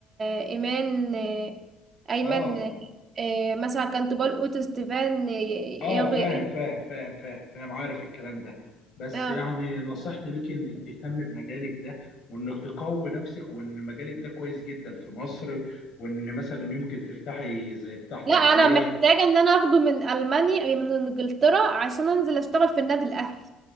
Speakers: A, on the right (about 35°); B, on the left (about 55°).
A: آه ايمان آه ايمن
B: اه
A: آه مثلا كنت بقول اوتو ستيفان آه،
B: اه
A: يغي
B: فاهم فاهم فاهم فاهم فاهم عارف الكلام ده بس
A: اه
B: يعني نصيحتي ليك انك تهتم بمجالك ده وانك تقوي نفسك وان مجالك ده كويس جدا في مصر وان مثلا يمكن تفتحي زي بتاع تغذية
A: لا انا محتاجه ان انا اخده من المانيا من انجلترا عشان انزل اشتغل في النادي الاهلي